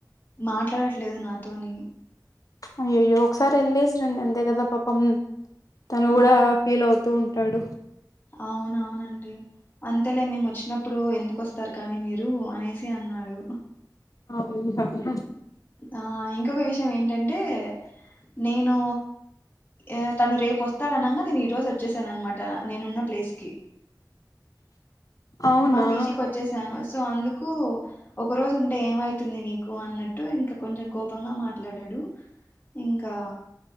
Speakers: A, on the left (about 25°); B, on the left (about 50°).
A: మాట్లాడ లేదు నాతోని
B: అయ్యయ్యో ఒకసారి వెళ్లేసి రండి అంతే కదా పాపం తను కూడా
A: ఆ
B: ఫీల్ అవుతూ తాడు
A: అవునవునండి అంతలే మేము వచ్చినప్పుడు ఎందుకు వస్త్ స్తారు కానీ మీరు అనేస్ తే అన్నాడు
B: అవును పట్టకర
A: ఆ ఇంకొక విషయం ఏంటంటే నేను అ తను రేపొస్త త్త అనంగా నేను ఈరోజు వచ్చేసనమాట టా నేనున్న ప్లేస్ కి
B: అవునా
A: మా పీజీకి వచ్చేసాను సో అందుక్ కు ఒక రోజు ఉంటే ఏమై తుంది నీకు అన్నట్టు ఇంకా కొంచెం కోపంగా మాట్లాడాడు ఇంకా